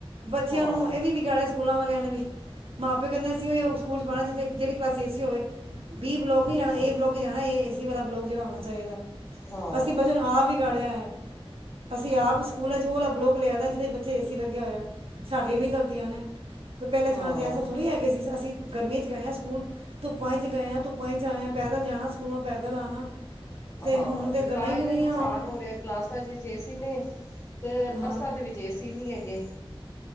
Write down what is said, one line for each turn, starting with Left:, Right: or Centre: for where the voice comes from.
Right: ਬੱਚਿਆਂ
Left: ਹਾਂ
Right: ਨੂੰ ਇਹ ਵੀ ਵੀ ਗਾਣਾ। ਸਕੂਲਾਂ ਵਾਲਿਆਂ ਨੇ ਵੀ ਮਾਂ ਪਿਓ ਕ ਐਏਸੀ ਹੋਵੇ ਸਕੂਲਚ ਪਾਉਣਾ ਜਿੱਥੇ ਜਿੜੀ ਕਲਾਸਸੀ ਏਸੀ ਹੋਵੇ। ਵੀਹ ਬਲੋਕ ਨੀ ਲੈਣਾ
Left: ਹਾਂ
Right: ਇਹ ਬਲੋਕ ਜਾਣਾ ਇਹਏਸੀ ਵਾਲਾ ਬਲੋਕ ਜਿਹੜਾ ਹੋਣਾ ਚਾਹੀਦਾ।
Left: ਹਾਂ
Right: ਅਸੀਂ ਵਚਨ ਆਪ ਵੀ ਗੜਿਆ ਹੈ। ਅਸੀਂ ਆਪ ਸਕੂਲਾਂ ਚ ਹੋਲਾ ਬਲੋਕ ਲਿਆ ਦਾ ਜਿਹਦੇ ਬੱਚੇ ਏ ਸੀ ਲੱਗਿਆ ਹੋਇਆ ਸਾਡੀਆਂ ਵੀ ਗਲਤੀਆਂ ਨੇ। ਕੋਈ ਪਹਿਲੇ
Left: ਹਾਂ
Right: ਜਮਾਨ 'ਚ ਸਭਥੋੜ੍ਹ ਹੈਗੇ ਸੀ ਅਸੀਂ ਗਰਮੀੀਆਂ ' ਗਏ ਆਾਂ ਸਕੂਲ ਧੁੱਪਾਂ ਚਚ ਗਏ ਆਾਂ ਧੁੱਪਾਂ ਚਚ ਆਏਆ ਪਦਲ ਜਾਣਾ ਸਕੂਲੋਂ ਪੈਦਲ ਆਣਾ
Left: ਹਾਂ
Right: ਹੁਣ
Left: ਤੇ
Right: ਗੱਲਾਂ
Left: ਤਾਂ
Right: ਹੀ ਨਹੀਂ
Left: ਇਹਨ
Right: ਰਹੀਆਂ
Left: ਨੁਕਸਾਨ
Right: ਹੁਣ
Left: ਹੋ ਰਿਹਾ ਕਲਾਸਾਂ ਚ ਜੇਸੀ ਨੇ- ਤੇ
Right: ਹਾਂ
Left: ਬੱਸਾਂ ਦੇ ਵਿੱਚ ਏ ਸੀ ਨਹੀਂ ਹੈਗੇ